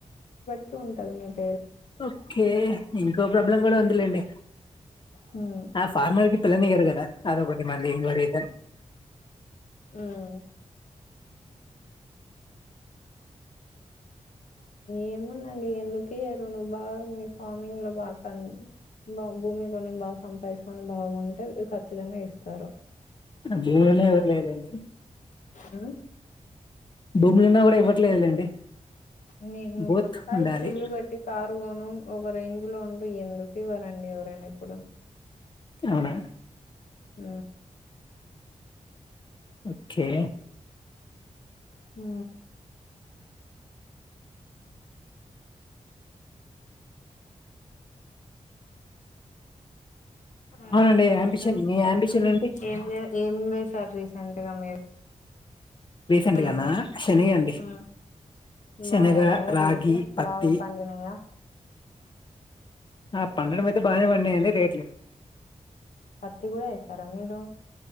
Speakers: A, on the left; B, on the left.
A: ఉంటాడు
B: ఓకే ఇంకో ప్రాబ్లం గూడా ఉందిలేండి
A: హ్మ్.
B: ఆ ఫార్మర్ క పిల్లని గారు కదా అదొకటి మళ్ళీ ఇంవర అయితే
A: హ్మ్. ఏముందండి ఎందుకియ్యరు నువ్ బాగ మీ ఫార్మింగ్ లో బాగా బా భూమి గొని బాగా సంపాదించుకొని బాగుంటే ఖచ్చితంగా ఇస్తారు
B: భూవనేేఊర్లే ఇద అండి
A: ఉ
B: భూములున్నా గూడా ఇవ్వట్లేదులేండి
A: మీరు నువ్వు
B: బోత్
A: సంపాయిచ్చి
B: ఉండాలి
A: ఇల్లు కట్టి కారు కొన ఒక రేంజ్ లో ఉండు ఎందుకు ఇవరండి ఎవరైనా ఇప్పుడు
B: అవునా
A: ఉ
B: ఓకే
A: ఉ ఉ
B: అవునండి
A: ఇంకా
B: అంబిషన్ మీ అంబిషన్ ఏంటి
A: ఏం జె ఏం రీసెంట్గా మీరు
B: రీసెంట్
A: పొలంలో
B: గానా శనగ అండి
A: ఉ
B: శనగ
A: బాగున్నాయా
B: రాగి
A: రేటు
B: పత్తి
A: బాగా పండినాయా
B: ఆ పండడమయితే బానే పం రేట్ల
A: పత్తి గూడా యేస్తారా మీరు